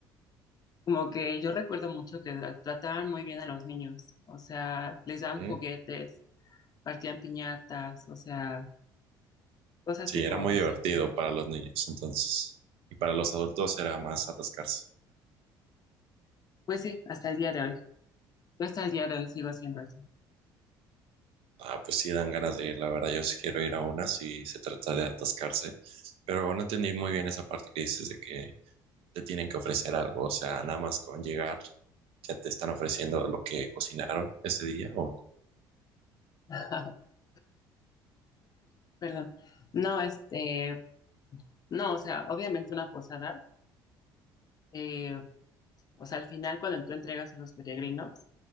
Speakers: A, on the left; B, on the right.
A: como que yo recuerdo mucho que tra- trataban muy bien a los niños. O sea, les daban
B: ¿Eh?
A: juguetes, partían piñatas, o sea, cosas
B: Sí,
A: tipo
B: era muy
A: así.
B: divertido para los niños entonces. Y para los adultos era más atascarse.
A: Pues sí, hasta el día de hoy. Yo hasta el día de hoy sigo siendo así.
B: Ah, pues sí dan ganas de ir, la verdad. Yo sí quiero ir a una si se trata de atascarse, pero no entendí muy bien esa parte que dices de que te tienen que ofrecer algo, o sea, nada más con llegar ya te están ofreciendo lo que cocinaron ese día o
A: <laughs> Perdón. No, este, no, o sea, obviamente una posada, eh, o sea, al final cuando tú entregas a los peregrinos,